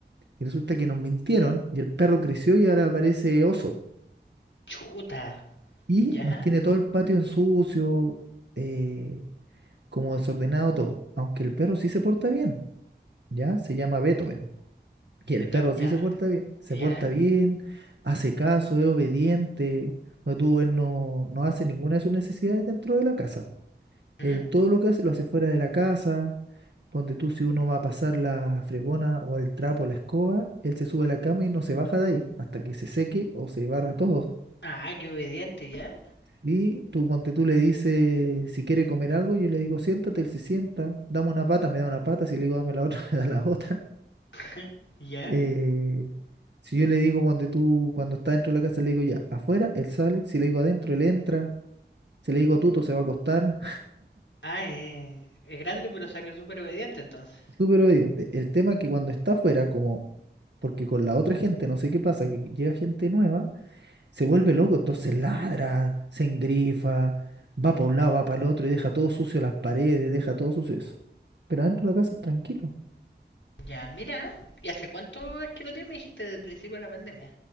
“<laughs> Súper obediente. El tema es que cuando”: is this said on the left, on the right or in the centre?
Right